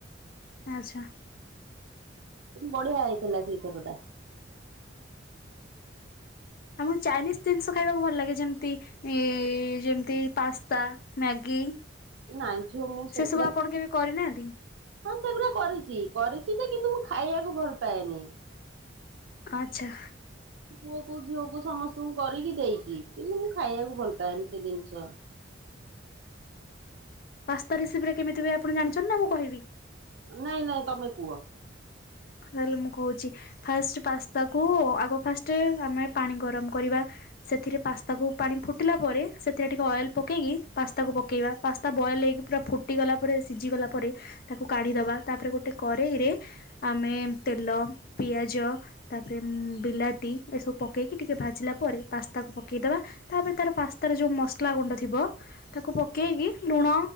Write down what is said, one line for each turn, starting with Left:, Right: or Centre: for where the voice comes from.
Left: ଆଚ୍ଛା
Right: ବଢିଆ ହେଇଥିଲା ସେଇ ଥରଟା।
Left: ଆମକୁ ଚାଇନିଜ ଜିନିଷ ଖାଇବାକୁ ଭଲ ଲାଗେ ଯେମତି ଏ ଯେମିତି ପାସ୍ତା ମ୍ୟାଗି।
Right: ଟା ନାଇଁ ଝିଅ ମୁଁ ସେଗୁଡା
Left: ସେ ସବୁ ଆପଣ କେବେ କରିନାହାନ୍ତି?
Right: ହଁ ସେଗୁରା କରିଚି। କରିଚି ଯେ କିନ୍ତୁ ମୁଁ ଖାଇଆକୁ ଭଲ ପାଏନି।
Left: ଆଚ୍ଛା।
Right: ପୁଅ କୁ ଝିଅକୁ ସମସ୍ତଙ୍କୁ କରିକି ଦେଇଚି କିନ୍ତୁ ମୁଁ ଖାଇବାକୁ ଭଲ ପାଏନି ସେ ଜିନଷ।
Left: ପାସ୍ତା ରେସିପିଟା କେମିତି ହୁଏ ଆପଣ ଜାଣିଛନ୍ତି ନାଁ ମୁଁ କହିବି?
Right: ନାଇଁ ନାଇଁ ତମେ କୁଅ।
Left: ତାହେଲେ ମୁଁ କହୁଚି ଫାଷ୍ଟ ପାସ୍ତାକୁ ଆଗ ଫାଷ୍ଟେ ଆମେ ପାଣି ଗରମ କରିବା। ସେଥିରେ ପାସ୍ତାକୁ ପାଣି ଫୁଟିଲା ପରେ ସେଥିରେ ଟିକେ ଅଏଲ୍ ପକେଇକି ପାସ୍ତାକୁ ପକେଇବା। ପାସ୍ତା ବଏଲ୍ ହେଇକି ପୁରା ଫୁଟିଗଲା ପରେ ସିଝିଗଲା ପରେ ତାକୁ କାଢିଦବା। ତାପରେ ଗୋଟେ କରେେଇରେ ଆମେ ତେଲ ପିଆଜ ତାପରେ ବିଲାତି ଏସବୁ ପକେଇକି ଟିକେ ଭାଜିଲା ପରେ ପାସ୍ତାକୁ ପକେଇଦବା। ତାପରେ ତାର ପାସ୍ତାର ଯୋଉ ମସଲା ଗୁଣ୍ଡ ଥିବ ତାକୁ ପକେଇକି ଲୁଣ